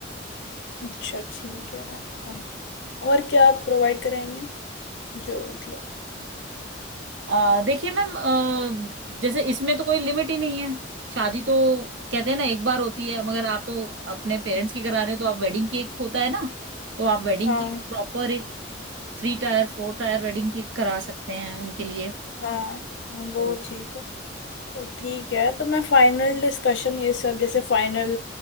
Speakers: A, on the left; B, on the right.
A: अच्छा ठीक है और और क्या आप प्रोवाइड कराएंगे जो मतलब
B: आ, देखिए मैम अ, जैसे इसमें तो कोई लिमिट ही नहीं है शादी तो कहते हैं ना एक बार होती है मगर आप तो अपने पेरेंट्स की करा रहे हो तो आप वेडिंग केक होता है ना तो आप वेडिंग
A: हाँ
B: केक प्रॉपर एक थ्री टायर फोर टायर वेडिंग केक करा सकते हैं उनके लिए
A: हाँ हाँ वो
B: तो
A: ठीक है तो ठीक है तो मैं फाइनल डिस्कशन ये सब जैसे फाइनल